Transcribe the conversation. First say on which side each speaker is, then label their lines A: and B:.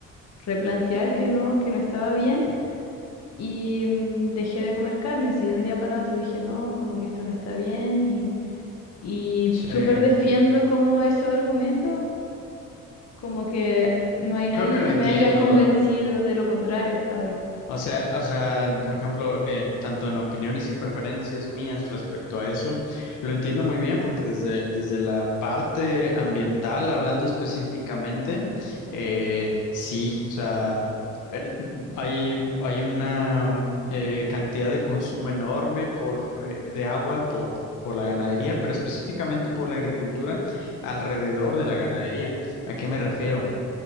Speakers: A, on the left (about 60°); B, on the left (about 85°).
A: replantear que no, que no estaba bien y mm, dejé de comer carne así de un día para otro, dije, no, como que esto no está bien y y
B: Sí, creo
A: súper defiendo como esos argumentos, como que no hay nadie
B: que lo
A: que
B: entiendo.
A: me haya convencido de lo contrario hasta ahora.
B: O sea, o sea, por ejemplo, eh, tanto en opiniones y preferencias mías respecto a eso, lo entiendo muy bien porque desde, desde la parte ambiental, hablando específicamente, eh, sí, o sea, en- hay, hay una eh, cantidad de consumo enorme por, eh, de agua por, por la ganadería, pero específicamente por la agricultura alrededor de la ganadería. ¿A qué me refiero?